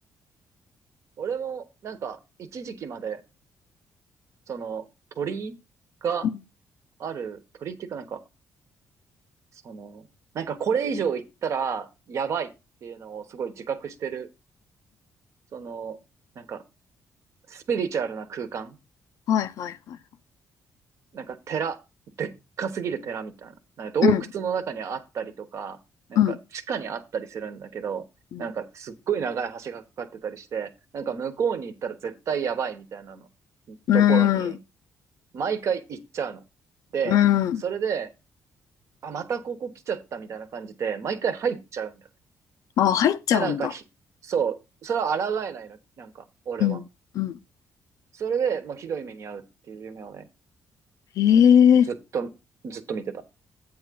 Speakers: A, on the right (about 55°); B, on the left (about 70°).
A: 俺も、なんか、一時期まで、その、鳥が
B: うん
A: ある、鳥っていうかなんか、その、なんかこれ以上行ったら、やばいっていうのをすごい自覚してる、その、なんか、スピリチュアルな空間
B: はいはいはい。
A: なんか寺、でっかすぎる寺みたいな。なんか洞窟の中にあったりとか、
B: うん、
A: なんか地下にあったりするんだけど、
B: うん、うん、
A: なんかすっごい長い橋がかかってたりして、なんか向こうに行ったら絶対やばいみたいなの、
B: う
A: ところに、
B: ん、
A: 毎回行っちゃうの。で、
B: うん。
A: それで、あ、またここ来ちゃったみたいな感じで、毎回入っちゃうんだよね。
B: あ、入っちゃうんだ。
A: で、なんかひ、そう、それは抗えないの、なんか、俺は。
B: うん、うん。
A: それで、もうひどい目に遭うっていう夢をね、
B: へ
A: ずっと、
B: え。
A: ずっと見てた。